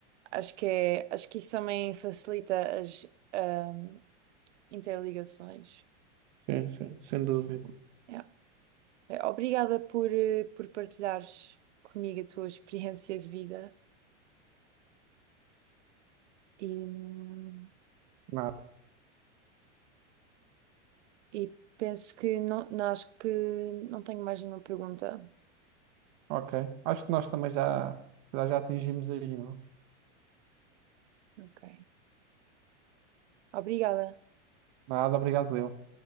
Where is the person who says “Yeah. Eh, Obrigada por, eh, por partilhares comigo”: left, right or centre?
Right